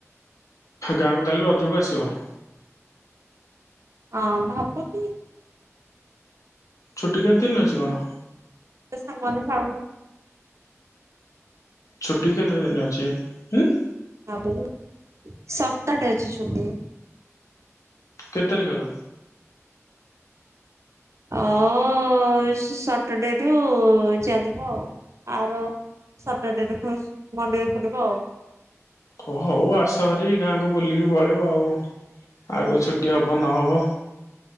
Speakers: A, on the left; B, on the right.
A: ଗାଁକୁ ତାହେଲେ ରଜକୁ ଆସିବ। <inaudible>
B: ହଁ ଭାବୁଚି ଦେଖିଆ କଣ
A: ଛୁଟି କେତେ ଦିନ ଅଛି କଣ? <inaudible>
B: ସାଙ୍ଗମାନେ ଛାଡୁନୁ
A: ଛୁଟି କେତେ ଦିନ ଅଛି? ଉଁ।
B: ବାପ ସପ୍ତାଟେ ଅଛି ଛୁଟି।
A: କେତେ ତାରିକରୁ?
B: ଅ ସଟରଡେରୁୁ ଚାଲିବ ଆଉ ଆର ସଟରଡେରେ ମଣ୍ଡେରେ ଖୋଲିବ ଆଉ।
A: କ ହଉ ଆସ ହରି ଗାଁକୁ ବୁଲିକି ପଳେଇବ ଆଉ ଆଗ ଛୁଟି ହବ ନହବ।